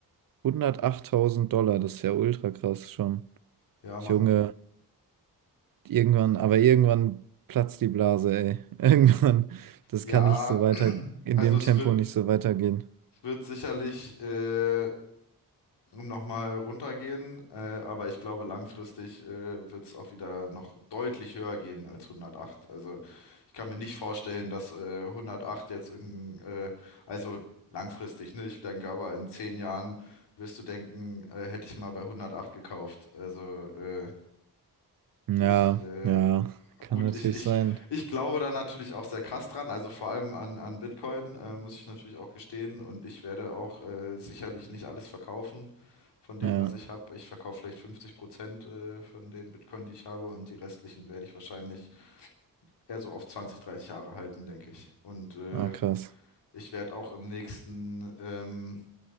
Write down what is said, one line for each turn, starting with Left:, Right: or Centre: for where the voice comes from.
Right: 108.000 Dollar, das ist ja ultra krass schon.
Left: Ja,
Right: Junge.
Left: Mann.
Right: Irgendwann, aber irgendwann platzt die Blase, ey. <laughs> Irgendwann, das
Left: Ja,
Right: kann nicht so weiter, in
Left: also
Right: dem
Left: es
Right: Tempo
Left: wird,
Right: nicht so weitergehen.
Left: wird sicherlich äh, nochmal runtergehen, äh, aber ich glaube, langfristig äh, wird es auch wieder noch deutlich höher gehen als 108. Also ich kann mir nicht vorstellen, dass äh, 108 jetzt irgendein, äh, also langfristig, ne? Ich denke aber in zehn Jahren wirst du denken, äh, hätte ich mal bei 108 gekauft. Also äh,
Right: Ja,
Left: ich, äh,
Right: ja, kann
Left: Gut,
Right: natürlich
Left: ich, ich,
Right: sein.
Left: ich glaube da natürlich auch sehr krass dran, also vor allem an, an Bitcoin, äh, muss ich natürlich auch gestehen. Und ich werde auch äh, sicherlich nicht alles verkaufen von dem,
Right: Ja,
Left: was ich habe. Ich verkaufe vielleicht 50 Prozent äh, von den Bitcoin, die ich habe, und die restlichen werde ich wahrscheinlich eher so auf 20 30 Jahre halten, denke ich. Und äh,
Right: ah, krass.
Left: ich werde auch im nächsten, ähm,